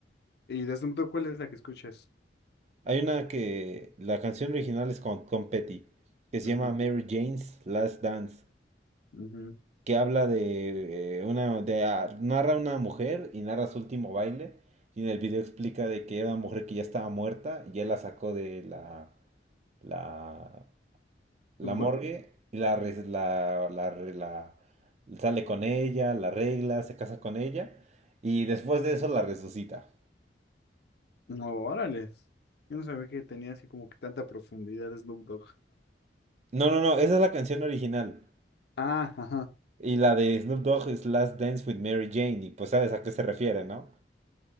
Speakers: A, on the left; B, on the right.
A: ¿Y de Snoop Dogg cuál es la que escuchas?
B: Hay una que la canción original es con Tom Petty, que
A: Ujú,
B: se llama Mary Jane's Last Dance,
A: ujú.
B: que habla de eh, una, de, ah, narra una mujer y narra su último baile, y en el video explica de que era una mujer que ya estaba muerta, y él la sacó de la, la, la
A: ¿Tumba?
B: morgue, y la, re- la, la, re- la- sale con ella, la arregla, se casa con ella, y después de eso la resucita.
A: No, órale. Yo no sabía que tenía así como que tanta profundidad Snoop Dogg.
B: No, no, no, esa es la canción original.
A: Ah, ajá.
B: Y la de Snoop Dogg es Last Dance with Mary Jane. Y pues sabes a qué se refiere, ¿no?